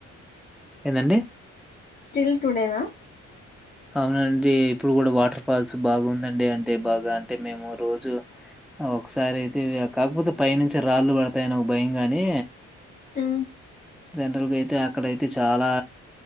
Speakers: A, in the centre; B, on the left.
A: ఏందండి.
B: స్టిల్ టుడేనా.
A: అవునండి ఇప్పుడు కూడా వాటర్ ఫాల్స్ బాగు ఉందండి. అంటే బాగా అంటే మేము రోజు ఒకసారి అయితే కాకపోతే పైనుంచి రాళ్ళు పడతాయని ఒక భయం గాని
B: హ్
A: జనరల్గా అయితే అక్కడ అయితే చాలా